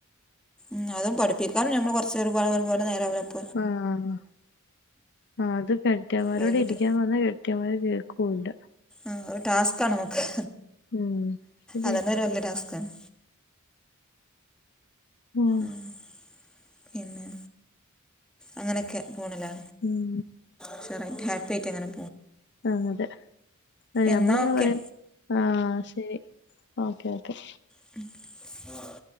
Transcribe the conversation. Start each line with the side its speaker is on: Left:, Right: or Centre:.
Centre: ന്നാലും പഠിപ്പിക്കാൻ ഞമ്മ കൊറച്ചൊരു ഒരുപാട് ഒരുപോലെ <unintelligible>
Left: ആഹ് ആഹ് അത് കെട്ടിയോമാരോട്
Centre: വൈകിട്ട്
Left: ഇരിക്കാമ്പറഞാ കെട്ടയോമ്മാര് കേൾക്കൂല്ല
Centre: ആഹ് ഒരു ടാസ്ക്കാണ് നമുക്ക്
Left: ഉം ശരിയാ
Centre: അതന്നൊരു വല്ല്യ ടാസ്കാണ്
Left: ഉം
Centre: ആഹ് പിന്നെ അങ്ങനെയൊക്കെ പോണ്ലേ
Left: ഉം
Centre: ഉഷാറായിട്ടു ഹാപ്പിയാട്ടങ്ങനെ
Left: ആഹ് അതെ ഞമ്മള്
Centre: എന്നാൽ
Left: എങ്ങനെ
Centre: ഓക്കെ
Left: പറയും ആ ശരി ഓക്കെ ഓക്കെ
Centre: ആ